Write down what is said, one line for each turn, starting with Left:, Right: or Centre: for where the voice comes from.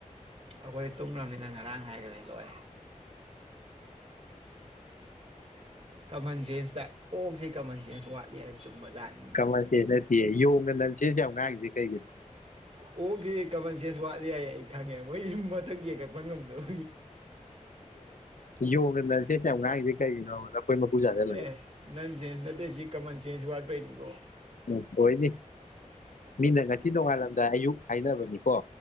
Right: ꯑꯩꯈꯣꯏ ꯇꯨꯝꯈ꯭ꯔꯃꯤꯅ ꯉꯔꯥꯡ ꯍꯥꯏꯈ꯭ꯔꯦ ꯂꯣꯏꯔꯦ ꯀꯃꯟ ꯖꯦꯟꯁꯇ ꯑꯣꯛꯁꯤ ꯀꯃꯟ ꯖꯦꯟꯁ ꯋꯥꯠꯂꯤ ꯍꯥꯏꯕ ꯆꯨꯝ ꯕꯖꯥꯠꯅꯤꯅꯦ
Left: ꯀꯃꯟ ꯁꯦꯟꯁ ꯅꯠꯇꯦ ꯌꯣꯡꯅ ꯅꯟꯁꯦꯟꯁ ꯌꯥꯝ ꯉꯥꯡꯉꯤꯁꯦ ꯀꯩꯒꯤꯅꯣ
Right: ꯑꯣꯛꯀꯤ ꯀꯃꯟ ꯁꯦꯟꯁ ꯋꯥꯠꯂꯤ ꯍꯥꯏ ꯊꯥꯡꯉꯦ ꯃꯣꯏ ꯌꯨꯝ ꯃꯊꯛ ꯌꯦꯡꯈꯠꯄ ꯉꯝꯗꯕ
Left: ꯌꯣꯡꯒꯅ ꯅꯟꯁꯦꯟꯁ ꯌꯥꯝ ꯉꯥꯡꯏꯁꯤ ꯀꯩꯒꯤꯅꯣꯕ ꯃꯀꯨ ꯆꯥꯁꯤꯜꯂꯒ
Right: ꯑꯦ ꯅꯟꯁꯦꯟꯁ ꯅꯠꯇꯦ ꯁꯤ ꯀꯃꯟ ꯁꯦꯟꯁ ꯋꯥꯠꯄꯩꯅꯤꯀꯣ
Left: ꯎ ꯑꯣꯏꯅꯤ ꯃꯤꯅ ꯉꯁꯤ ꯅꯣꯡꯉꯥꯜꯂꯝꯗꯥꯏ ꯑꯌꯨꯛ ꯍꯥꯏꯅꯕꯅꯤꯀꯣ